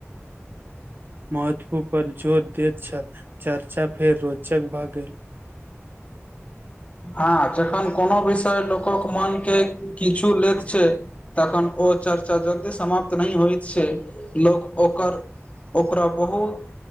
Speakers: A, on the right (about 45°); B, on the left (about 30°).
A: महत्व पर जोर दैत छल। चर्चा फेर रोचक भऽ गेल।
B: हँ जखन कोनो विषय लोकक मन के किछु लेत छै तखन ओ चर्चा जल्दी समाप्त नहि होइत छै लोक ओकर ओकरा बहुत